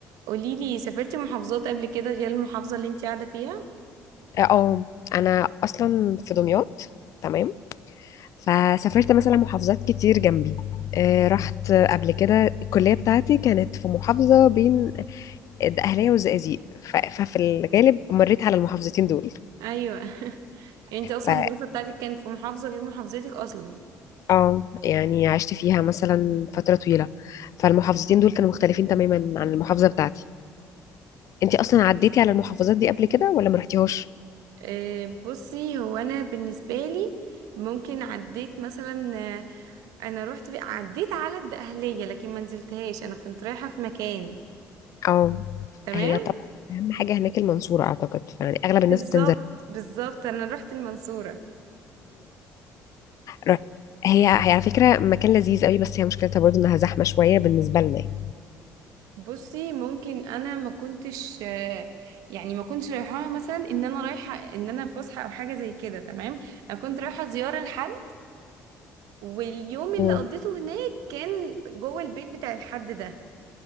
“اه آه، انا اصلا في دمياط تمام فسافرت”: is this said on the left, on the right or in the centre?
Left